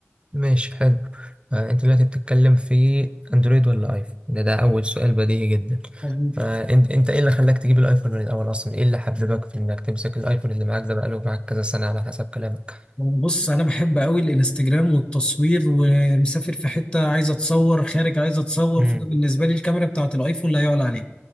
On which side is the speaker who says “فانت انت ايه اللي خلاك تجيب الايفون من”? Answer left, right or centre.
Right